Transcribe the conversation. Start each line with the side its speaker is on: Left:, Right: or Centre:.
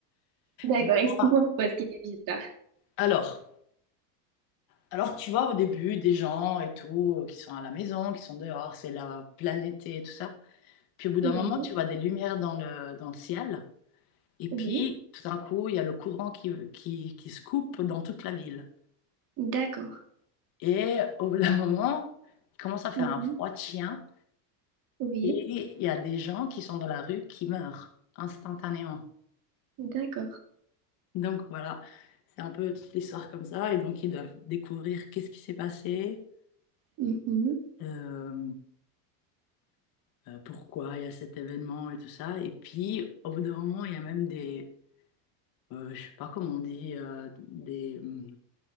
Right: D'accord,
Left: Bon,
Right: explique-moi pourquoi est-ce qu'il est bizarre.
Left: Alors. Alors, tu vois, au début, des gens et tout, euh, qui sont à la maison, qui sont dehors, c'est la pleine été et tout ça. Puis au bout
Right: Oui,
Left: d'un moment, tu vois des lumières dans le, dans le ciel. Et puis,
Right: oui,
Left: tout d'un coup, il y a le courant qui, qui, qui se coupe dans toute la ville.
Right: d'accord.
Left: Et au bout d'un moment, il commence à faire
Right: Mhm.
Left: un froid de chien.
Right: Oui,
Left: Et il y a des gens qui sont dans la rue qui meurent instantanément.
Right: d'accord.
Left: Donc voilà, c'est un peu toute l'histoire comme ça. Et donc, ils doivent découvrir qu'est-ce qui s'est passé.
Right: Mhm.
Left: Euh, euh, pourquoi il y a cet événement et tout ça. Et puis, au bout d'un moment, il y a même des, euh, je sais pas comment on dit, euh, des hum,